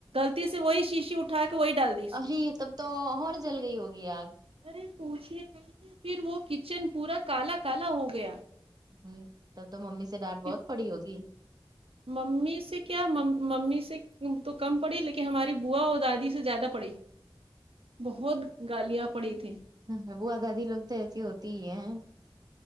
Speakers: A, on the right; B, on the right.
A: غلطی سے وہی شیشی اٹھا کے وہی ڈال دی
B: ارے تب تو اور جل گئی ہوگی آگ
A: ارے پوچھئے نہیں پھر وہ کچن پورا کالا کالا ہو گیا
B: ہمم تب تو ممی سے ڈانٹ
A: پھر
B: بہت پڑی ہوگی
A: ممی سے کیا ممی سے تو کم پڑی لیکن ہماری بوا اور دادی سے زیادہ پڑی بہت گالیاں پڑی تھیں
B: ہ وہ دادی لوگ تو ایسی ہوتی ہی ہے